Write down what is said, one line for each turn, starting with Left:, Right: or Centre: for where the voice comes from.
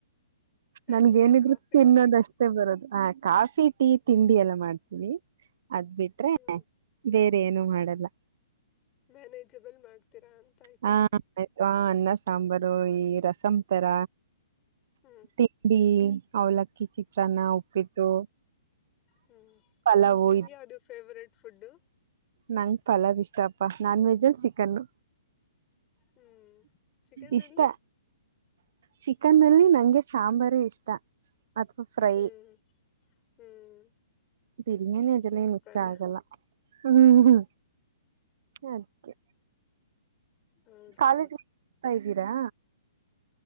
Right: ನನ್ಗೇನಿದ್ರು
Left: ಅಟ್ಲೀಸ್ಟ್ ಕಾಫಿ
Right: ತಿನ್ನೋದಷ್
Left: ಟೀ
Right: ಅಷ್ಟೇ ಬರೋದು ಹ ಕಾಫಿ ಟೀ ತಿಂಡಿ ಎಲ್ಲ ಮಾಡ್ತೀವಿ ಅದ್ ಬಿಟ್ರೆ.
Left: ಹ್ಮ್
Right: ಬೇರೆನು ಮಾಡಲ್ಲ.
Left: ಮ್ಯಾನೇಜಬಲ್ ಮಾಡ್ತೀರಾ. ಆಯ್ತು
Right: ಹಾ ಹ ಅನ್ನ ಸಾಂಬಾರು ಈ ರಸಂ ತರ.
Left: ಹ್ಮ್
Right: ತಿಂಡಿ ಅವಲಕ್ಕಿ ಚಿತ್ರಾನ್ನ ಉಪ್ಪಿಟ್ಟು.
Left: ಹ್ಮ್
Right: ಪಲಾವು
Left: ನಿಮ್ಗೆಯಾವ್ದು ಫೇವ್ರೇಟ್ ಫುಡ್ಡು.
Right: ನನಗ ಪಲಾವ್ ಇಷ್ಟಪ್ಪಾ ನಾನ್ ವೆಜ್ ಅಲ್ಲಿ ಚಿಕನು
Left: ಹ್ಮ್ ಚಿಕನ್
Right: ಇಷ್ಟ
Left: ಅಲ್ಲಿ
Right: ಚಿಕನ್ ಲ್ಲಿ ನಂಗೆ ಸಾಂಬಾರ ಇಷ್ಟ ಅಥವಾ ಫ್ರೈ
Left: ಹ್ಮ್ ಹ್ಮ್
Right: ಬಿರಿಯಾನಿ ಅದೆಲ್ಲ
Left: ಸಿಂಪಲ್
Right: ಏನ ಇಷ್ಟಾ ಆಗಲ್ಲ ಹ್ಮ್ ಅದಕ್ಕೆ
Left: ಹೌದಾ
Right: ಕಾಲೇಜ್ <unintelligible> ಇದ್ದೀರಾ